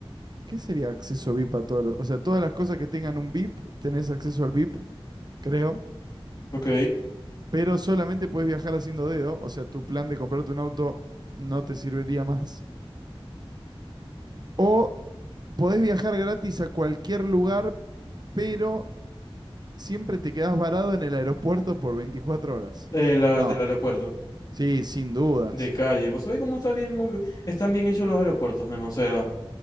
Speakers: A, on the right; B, on the left.
A: ¿Qué sería acceso VIP a todos los? O sea, todas las cosas que tengan un VIP, tenés acceso al VIP, creo.
B: Ok.
A: Pero solamente puedes viajar haciendo dedo. O sea, tu plan de comprarte un auto no te serviría más. O podés viajar gratis a cualquier lugar, pero siempre te quedás varado en el aeropuerto por 24 horas.
B: eh, la
A: No,
B: del aeropuerto.
A: sí, sin dudas.
B: De calle. ¿Vos sabés cómo está bien, ob- están bien hechos los aeropuertos, men? O sea,